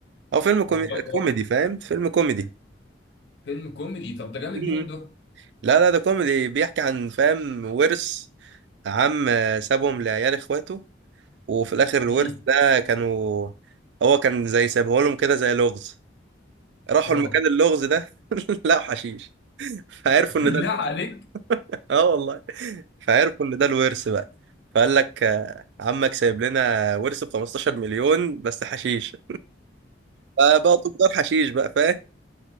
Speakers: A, on the right; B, on the left.
A: او فيلم كومي...
B: والله هو
A: كوميدي فاهم فيلم كوميدي
B: فيلم كوميدي طب ده جامد
A: مم.
B: موت ده
A: لا لا ده كوميدي بيحكي عن فاهم ورث عم آه، سابهم لعيال اخواته وفي الاخر الورث
B: امم
A: ده كانوا هو كان زي سايبه لهم كده زي لغز راحوا
B: اه
A: المكان اللغز ده <laughs> لقوا حشيش فعرفوا
B: بالله
A: ان ده الورث
B: عليك
A: اه والله فعرفوا ان ده الورث بقى فقال لك آه، عمك سايب لنا ورث ب 15 مليون بس حشيش فبقوا تجار حشيش بقى فاهم